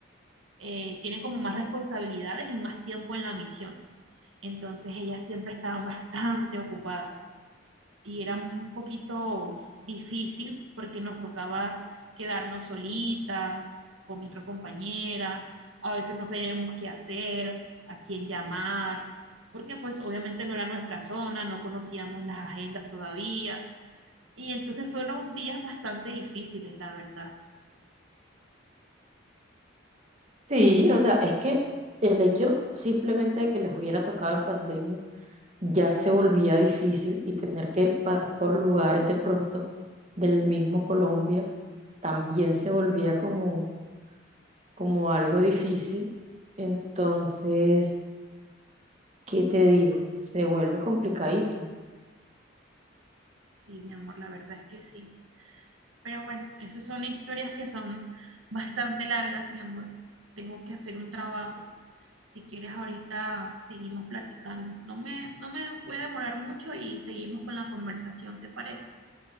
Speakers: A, on the right (about 80°); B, on the right (about 35°).
A: eh, tienen como más responsabilidades y más tiempo en la misión. Entonces ellas siempre estaban bastante ocupadas y era un poquito difícil porque nos tocaba quedarnos solitas con mi otra compañera, a veces no sabíamos qué hacer, a quién llamar, porque pues obviamente no era nuestra zona, no conocíamos las agendas todavía y entonces fueron días bastante difíciles, la verdad.
B: Sí, o sea, es que el hecho simplemente de que les hubiera tocado en pandemia ya se volvía difícil y tener que pasar por lugares de pronto del mismo Colombia también se volvía como, como algo difícil. Entonces, ¿qué te digo? Se vuelve complicadito.
A: Sí, mi amor, la verdad es que sí. Pero bueno, esas son historias que son bastante largas, mi amor. Tengo que hacer un trabajo. Si quieres, ahorita seguimos platicando. No me, no me voy a demorar mucho y seguimos con la conversación, ¿te parece?